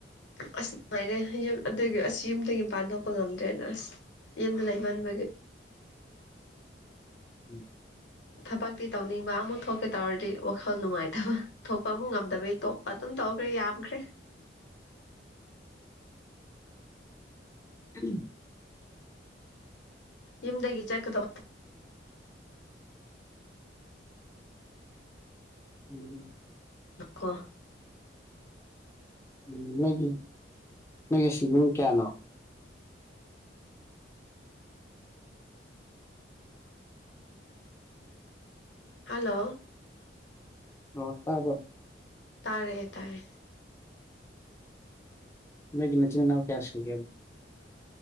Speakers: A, on the left; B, on the left.
A: ꯑꯁ ꯅꯨꯡꯉꯥꯏꯔꯦ ꯌꯨꯝ ꯑꯗꯨꯒꯤ ꯑꯁ ꯌꯨꯝꯗꯒꯤ ꯃꯄꯥꯟ ꯊꯣꯛꯄ ꯉꯝꯗ꯭ꯔꯦꯗ ꯑꯁ ꯌꯦꯗ ꯂꯩꯕꯟ ꯃꯒ
B: ꯎꯝ
A: ꯊꯕꯛꯇꯤ ꯇꯧꯅꯤꯡꯕ ꯑꯃꯨꯛ ꯊꯣꯛꯀꯦ ꯇꯧꯔꯗꯤ ꯋꯥꯈꯜ ꯅꯨꯡꯉꯥꯏꯇꯕ ꯊꯣꯛꯄ ꯑꯃꯨꯛ ꯉꯝꯗꯕꯩ ꯊꯣꯛꯄ ꯑꯗꯨꯝ ꯇꯧꯈ꯭ꯔꯦ ꯌꯥꯝꯈ꯭ꯔꯦ
B: ꯎꯝ
A: ꯏꯝꯗꯗꯒꯤ ꯆꯀꯗ
B: ꯎꯝ
A: ꯂꯣ
B: ꯎ ꯅꯪꯒꯤ ꯅꯪꯒꯤ ꯁ꯭ꯋꯤꯃꯤꯡ ꯀꯌꯥꯅꯣ
A: ꯍꯂꯣ
B: ꯑ ꯇꯕ
A: ꯇꯥꯔꯦ ꯇꯥꯔꯦ
B: ꯑꯒꯤꯟꯅ ꯆꯟꯅ ꯀꯌꯥꯁꯒꯦꯕ